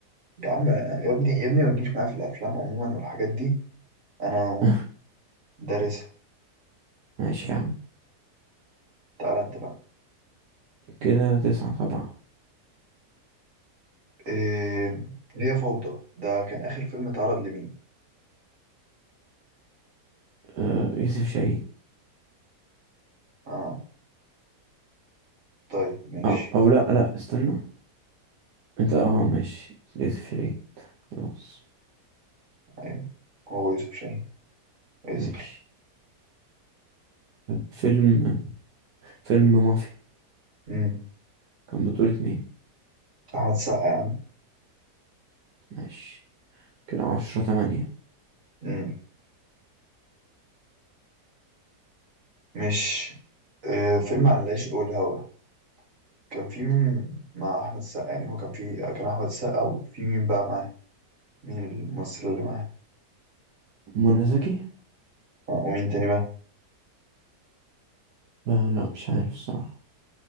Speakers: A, on the right; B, on the right.
A: يا عم يا ابني يا ابني ما تجيش معايا في الافلام عموما والحاجات دي انا
B: <laughs>
A: دارسها
B: ماشي يا عم
A: تعالى انت بقى
B: كده تسعة سبعة
A: إيه هي فوضى ده كان اخر فيلم اتعرض لمين
B: أه يوسف شاهين
A: اه طيب ماشي
B: أو, أو لأ لأ استنى انت اه ماشي يوسف شاهين خلاص
A: ايوه هو يوسف شاهين يسأل
B: ماشي فيلم فيلم مافيا
A: امم
B: كان بطولة مين
A: احمد السقا يا عم
B: ماشي كده عشرة تمانية
A: امم مش إيه فيلم عن العشق والهوى كان في مين مع احمد السقا يعني هو كان في كان احمد السقا وفي مين بقى معاه مين الممثل اللي معاه
B: منى زكي
A: آه. ومين تاني بقى
B: آه، لا مش عارف الصراحة